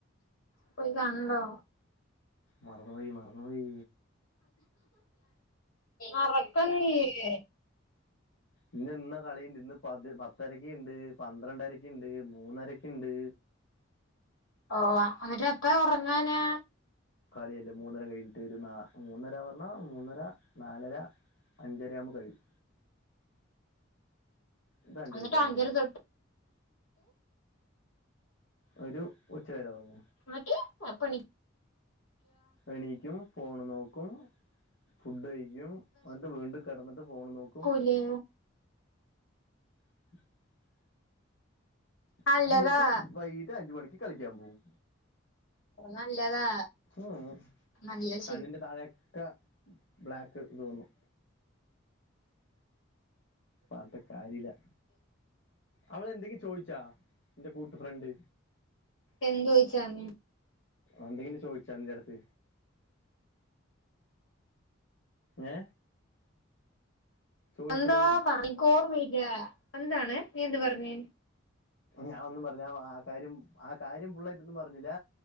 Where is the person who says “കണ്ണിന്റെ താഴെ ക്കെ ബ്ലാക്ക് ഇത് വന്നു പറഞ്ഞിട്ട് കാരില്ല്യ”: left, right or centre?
Left